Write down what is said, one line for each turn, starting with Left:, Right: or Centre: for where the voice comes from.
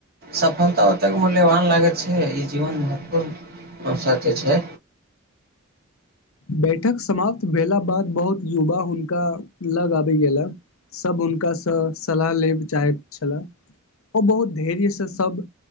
Right: सफलता ओतेक मूल्यवान लागै छै ई जीवन महत्वपूर्ण अश जे छै
Left: बेठक समाप्त भेला बाद बहुत युवा हुनका लग आबि गेला सभ हुनकासँ सलाह लेब चाहैत छलाह ओ बहुत धैर्यसँ सभ